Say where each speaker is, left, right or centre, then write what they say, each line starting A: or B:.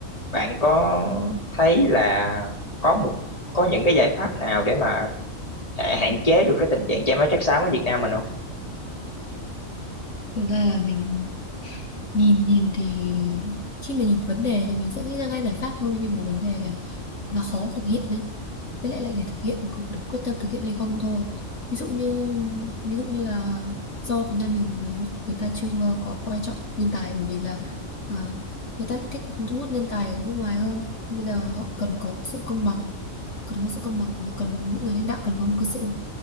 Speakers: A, on the left; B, on the left.
A: Bạn có thấy là có một có những cái giải pháp nào để mà hạ- hạn chế được cái tình trạng chảy máu chất xám ở Việt Nam mình không?
B: thực ra là mình nhìn nhìn thì khi mà nhìn vấn đề thì mình sẽ nghĩ ra ngay giải pháp thôi nhưng mà vấn đề là nó khó thực hiện đấy với lại là để thực hiện cũng để quyết tâm thực hiện hay không thôi ví dụ như ví dụ như là do Việt Nam mình ờ, người ta chưa ờ, có coi trọng nhân tài bởi vì là ờ, người ta lại thích thu hút nhân tài ở nước ngoài hơn bây giờ họ cần có sự công bằng cần có sự công bằng và cần những người lãnh đạo cần có một cái sự